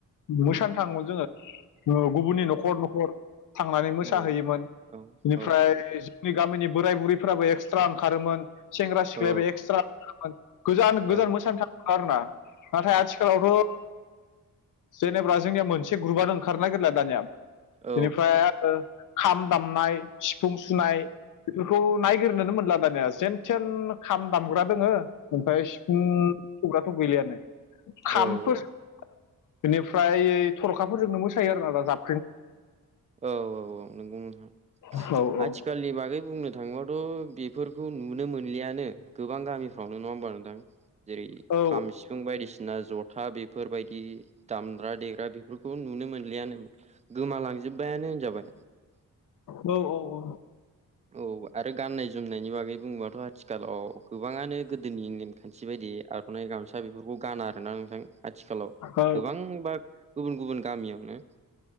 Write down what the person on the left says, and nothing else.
मोसानो थाङोमोन जोङो गुबुननि न'खर न'खर थांनानै मोसाहैयोमोन
बेनिफ्राय
जोंनि गामिनि बोराय बुरै फोराबो एक्सट्रा ओंखारोमोन सेंग्रा सिख्लायाबो
एक्सट्रा ओंखारोमोन गोजान
गोजान मोसानो थाङोमोन आरोना नाथाय आथिखालावथ' जेनेबा जोंनिया मोनसे ग्रुपानो ओंखारनो नागिरला दानिया
बिनिफ्राय ओ खाम दामनाय सिफुं सुनाय बेफोरखौ नायगोरनानो मोनला दानिया जेनथेन खाम दामग्रा दोङो ओमफ्राय सिफुं सुग्रााथ' गैलायानो खामफोर
इनिफ्राय थर'खाफोरजोंनो मोसायो आरोना दा जाब
औ औ
औ
औ औ औ
औ